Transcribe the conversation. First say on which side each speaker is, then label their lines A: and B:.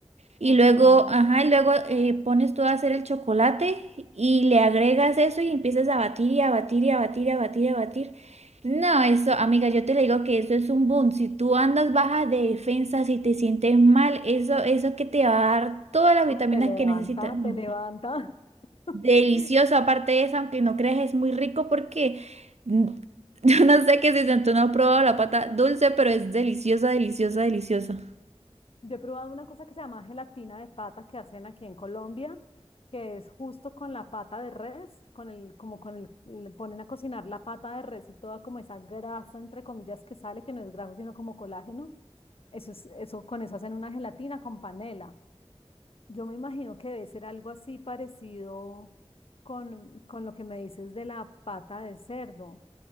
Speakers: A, on the right; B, on the left.
A: Y
B: Ok.
A: luego,
B: No,
A: ajá, y luego eh, pones tú a hacer el chocolate y le agregas eso y empiezas a batir y a batir y a batir y a batir y a batir. No, eso, amiga, yo te le digo que eso es un boom. Si tú andas baja de defensa, si te sientes mal, eso, eso que te va a dar todas las vitaminas
B: te levanta,
A: que necesitas. Mm,
B: te levanta. <laughs>
A: Delicioso,
B: Sí.
A: aparte de eso, aunque no creas, es muy rico porque mm, <laughs> yo no sé qué si tú no has probado la pata dulce, pero es deliciosa, deliciosa, deliciosa.
B: Yo he probado una cosa que se llama gelatina de pata que hacen aquí en Colombia, que es justo con la pata de res, con el, como con el, le ponen a cocinar la pata de res y toda como esa grasa, entre comillas, que sale, que no es grasa, sino como colágeno. Eso es, eso, con eso hacen una gelatina con panela. Yo me imagino que debe ser algo así parecido con, con lo que me dices de la pata de cerdo,